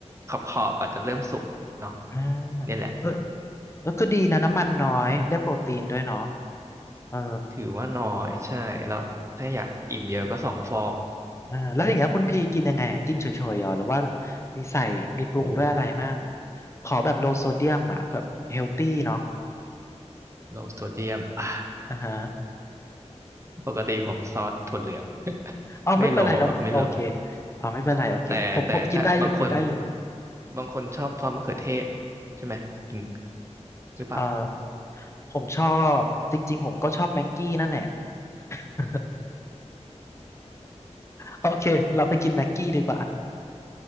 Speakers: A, on the right (about 25°); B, on the left (about 25°).
A: ขอบขอบอาจจะเริ่มสุกเนาะ
B: อ่า
A: เนี่ยแหละ
B: เออเออก็ดีนะน้ำมันน้อยได้โปรตีนด้วยเนาะเออ
A: ถือว่าน้อยใช่แล้วถ้าอยากอิ่มเยอะก็สองฟอง
B: อ่าแล้วอย่างเงี้ยคุณพี่กินยังไงอะกินเฉยๆเหรอหรือว่ามีใส่มีปรุงด้วยอะไรมั่ง
A: <laughs> โอ้
B: ขอแบบโลโซเดียมอ่ะแบบเฮลตี้เนาะ
A: โลโซเดียมอ่ะ
B: อ่าฮะ
A: ปกติผมซอสถั่วเหลือง <laughs>
B: เอาไม่เป็นไรเนาะโอเค
A: ไม่โลครับไม่โล
B: อ๋อาไม่เป็นไรโอเคผมผมกินได้อยู่กินได้อยู่
A: แต่แต่ถ้าบางคนบางคนชอบซอสมะเขือเทศใช่ไหมกินหรือเปล่า
B: อ่าผมชอบจริงๆผมก็ชอบแม็กกี้นั่นแหละ <laughs> โอเคเราไปกินแม็กกี้ดีกว่า